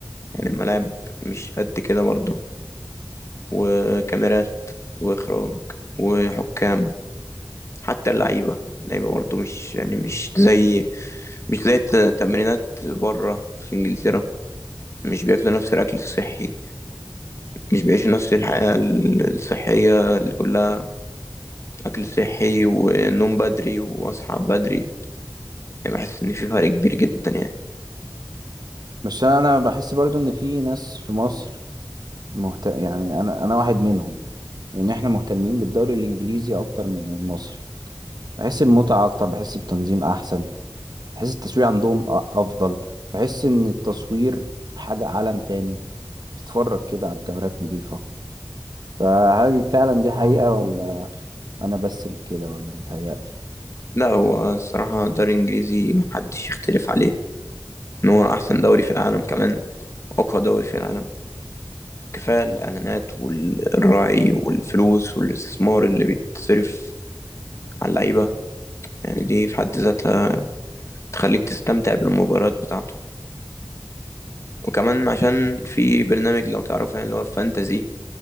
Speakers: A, on the left; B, on the right.
A: يعني الملاعب مش قد كده برضه وكاميرات وإخراج وحكام حتى اللعيبة اللعيبة برضه مش يعني مش زي مش زي الت- التمرينات بره في إنجلترا مش بياكلوا نفس الأكل الصحي مش بيعيشوا نفس الحياة ال- الصحية اللي كلها أكل صحي ونوم بدري وأصحى بدري يعني بحس إن في فرق كبير جدا يعني
B: بس أنا أنا بحس برضو إن في ناس في مصر مهت... يعني أنا أنا واحد منهم وان احنا مهتمين بالدوري الانجليزي اكتر من المصري بحس بمتعة اكتر بحس بتنظيم احسن بحس التصوير عندهم أ- افضل بحس ان التصوير حاجة عالم تاني بتتفرج كده على كاميرات نظيفة فهل فعلا دي حقيقة ولا انا بس اللي كده ولا متهيألي
A: لا هو الصراحة الدوري الإنجليزي محدش يختلف عليه إن هو أحسن دوري في العالم كمان أقوى دوري في العالم كفاية الإعلانات والراعي والفلوس والاستثمار اللي بيتصرف على اللعيبة يعني دي في حد ذاتها تخليك تستمتع بالمباريات بتاعته وكمان عشان في برنامج لو تعرفه يعني اللي هو فانتزي